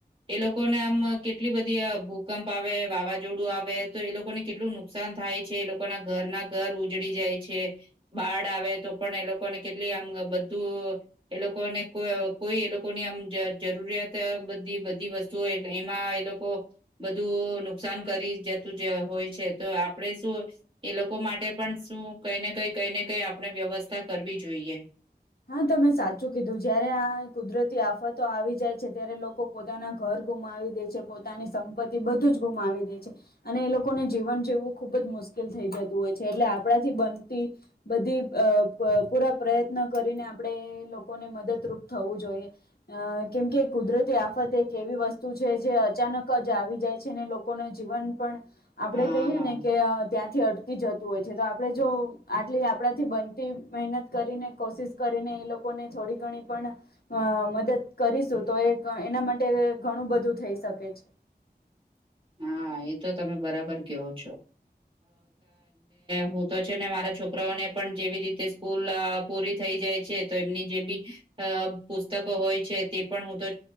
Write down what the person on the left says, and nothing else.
હા તમે સાચું કીધું જયારે આ કુદરતી આફતો આવી જાય છે ત્યારે લોકો પોતાના ઘર ગુમાવી દે છે પોતાની સંપત્તિ બધું જ ગુમાવી દે છે, અને એ લોકોને જીવન જીવવું ખૂબ જ મુશ્કેલ થઈ જતું હોય છે એટલે આપણાથી બનતી, બધી પૂરા પ્રયત્ન કરીને આપણે લોકોને મદદરૂપ થવું જોઈએ, કેમકે કુદરતી આફત એક એવી વસ્તુ છે જે અચાનક જ આવી જાય છે અનેને લોકોનું જીવન પણ આપડે
કહીયએ ને કે ત્યાં થી અટકી જતું હોય છે તો આપણે જો આટલી આપણાથી બનતી મહેનત કરીને કોશિશ કરીને એ લોકોને થોડી ઘણી પણ, મદદ કરીશું તો એ એના માટે ઘણું બધું થઈ શકે છે.